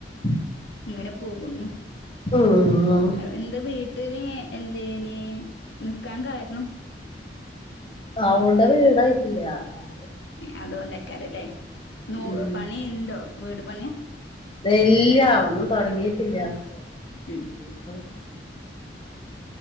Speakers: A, on the left; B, on the left.
A: ഉ
B: ഇങ്ങനെ പോകുന്നു
A: <unintelligible>
B: എന്തെ വീട്ടില് എന്തേനി നിക്കാൻ കാരണം
A: അവടെ വീടായിട്ടില്ല അത്
B: അതുകൊണ്ടക്കാരംല്ലേ നൂ
A: ഉം
B: പണി ഇണ്ടോ വീട് പണിയാ
A: ഏയ് ഇല്ല ഒന്നും തൊടങ്ങീട്ടില്ല
B: ഉം
A: ഇനീപ്പോ